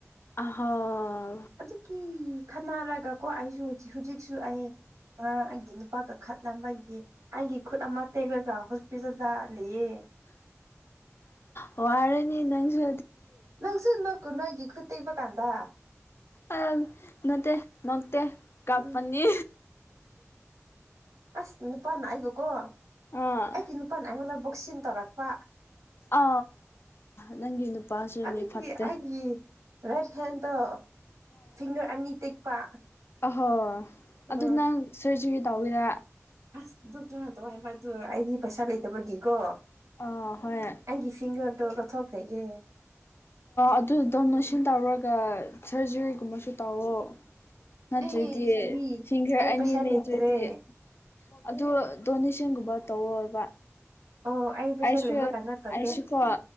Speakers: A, on the left; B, on the right.
A: ꯑꯍꯣ
B: ꯑꯗꯨꯀꯤ ꯈꯟꯅꯔꯒ ꯀꯣ ꯑꯩꯁꯨꯖꯤ ꯍꯧꯖꯤꯛꯁꯨ ꯑꯩ ꯉꯔꯥꯡ ꯑꯩꯒꯤ ꯅꯨꯄꯥꯒ ꯈꯠꯅꯕꯒꯤ ꯑꯩꯒꯤ ꯈꯨꯠ ꯑꯃ ꯇꯦꯛꯂꯒ ꯍꯣꯁꯄꯤꯇꯥꯜꯗ ꯂꯩꯌꯦ <unintelligible>
A: ꯋꯥꯔꯅꯤ ꯅꯪꯁꯨ
B: ꯅꯪꯁꯨ ꯅ ꯀꯨ ꯅꯣꯏꯒꯤ ꯈꯨꯇꯦꯛꯕ ꯀꯥꯟꯗ
A: ꯑ ꯅꯠꯇꯦ ꯅꯣꯛꯇꯦ ꯀꯥꯞꯄꯅꯤ
B: ꯎꯝ ꯑꯁ ꯅꯨꯄꯥꯅ ꯑꯩꯕꯨꯀꯣ ꯑꯩꯗꯤ
A: ꯑꯥ
B: ꯅꯨꯄꯥꯅ ꯑꯩꯉꯣꯟꯗ ꯕꯣꯛꯁꯤꯟ ꯇꯧꯔꯛꯄ
A: ꯑ ꯅꯪꯒꯤ ꯅꯨꯄꯥꯁꯨ
B: ꯑꯗꯨꯒꯤ
A: ꯃꯤ ꯐꯠꯇꯦ
B: ꯑꯩꯒꯤ ꯔꯥꯏꯠ ꯍꯦꯟꯗꯣ ꯐꯤꯡꯒꯔ ꯑꯅꯤ ꯇꯦꯛꯄ
A: ꯍꯣꯏꯣꯏ ꯑꯗꯨ
B: ꯎꯝ
A: ꯅꯪ ꯁꯔꯖꯔꯤ ꯇꯧꯒꯦꯔꯥ
B: ꯑꯁ ꯑꯗꯨ ꯀꯩꯅꯣ ꯇꯧ ꯍꯥꯏꯕ ꯑꯗꯨ ꯑꯩꯗꯤ ꯄꯩꯁꯥ ꯂꯩꯇꯕꯒꯤꯀꯣ
A: ꯑ ꯍꯣꯏ
B: ꯑꯩꯒꯤ ꯐꯤꯡꯒꯔꯗꯣ ꯂꯧꯊꯣꯛꯈ꯭ꯔꯒꯦ
A: ꯑꯗꯨꯗ ꯅꯁꯤꯟ ꯇꯧꯔꯒ ꯁꯔꯖꯔꯤꯒꯨꯝꯕꯁꯨ ꯇꯧꯋꯣ ꯅꯠꯇꯣꯏꯇꯦ
B: ꯑꯦ ꯂꯩꯁꯥꯕꯤ
A: ꯐꯒꯔ
B: ꯑꯩ
A: ꯑꯅꯤ
B: ꯄꯩꯁꯥ
A: ꯂꯩ
B: ꯂꯩꯇ꯭ꯔꯦ
A: ꯆꯣꯏꯇꯦ ꯑꯗꯨ ꯗꯣꯅꯦꯁꯟꯒꯨꯝꯕ ꯇꯧꯋꯕ
B: ꯑꯣ ꯑꯩ ꯄꯩꯁꯥ
A: ꯑꯩꯁꯨ
B: ꯂꯩꯕ ꯀꯥꯟꯗ ꯇꯧꯒꯦ
A: ꯑꯩꯁꯨꯀꯣ